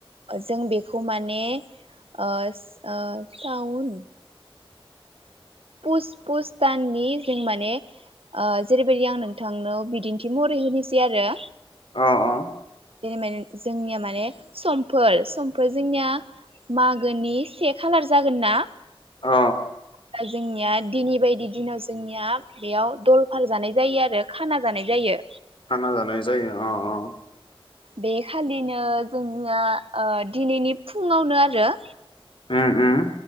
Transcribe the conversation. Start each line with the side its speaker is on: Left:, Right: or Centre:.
Right: जों बेखौ माने ओ ओ साउन पुस पुस दाननि जों माने ओ जेरैबायदि आं नोंथांनाव बिदिन्थि महरै होनोसै आरो
Left: अ अ
Right: <unintelligible> जोंनिया माने समफोर समफोर जोंनिया मागोनि से खालार जागोन ना
Left: अ
Right: दा जोंनिया दिनै बायदि दिनाव जोंनिया बेयाव दलफार जानाय जायो आरो खाना जानाय जायो
Left: खाना जानाय जायो अ अ
Right: बे खालिनो जोंनिया दिनैनि फुङावनो आरो
Left: ओम ओम